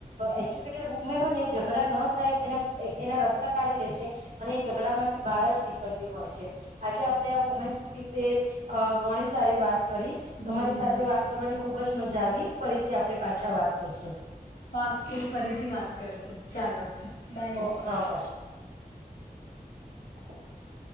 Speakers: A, on the right (about 75°); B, on the left (about 80°).
A: એજ્યુકેટેડ વુમેન હો ને ઝઘડા ન થાય એ એના રસ્ કાઢી લે છે અને એ ઝઘડા માંથી બહાર જ નીકળતી હોય છે. આજે આપડે આ વુમેન્સ વિશે અ ઘણી સારી વાત
B: હમ
A: તમારી સાથે વાત કરવાની ખુબ જ મજા આવી ફરીથી આપણે પાછા વાત કરશું.
B: વાતું ફરીથી વાત કરશો ચાલો બાય.
A: ઓ હા <inaudible>